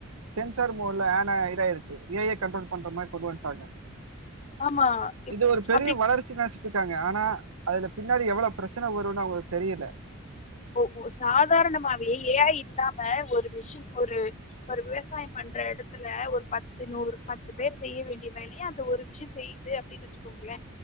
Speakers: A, on the right; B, on the left.
A: சென்சர் மூ இல்ல அனா இதாயிருச்சு ஏ ஐ கண்ட்ரோல் பண்ற மாரி கொண்டு வந்ட்டாங்க
B: ஆமா
A: இது ஒரு பெரிய
B: அப்டி
A: வளர்ச்சி நனைச்சிட்ருக்காங்க ஆனா அதுல பின்னாடி எவ்வளோ பிரச்சன வருனு அவங்களுக்கு தெரியல
B: ஓ ஓ சாதாரணமாவே ஏ ஐ இல்லாம ஒரு மிஷின் ஒரு ஒரு விவசாயம் பண்ற எடத்துல ஒரு பத்து நூறு பத்து பேர் செய்ய வேண்டிய வேலைய அந்த ஒரு மிஷன் செய் து அப்டின் வச்சுக்கோங்கள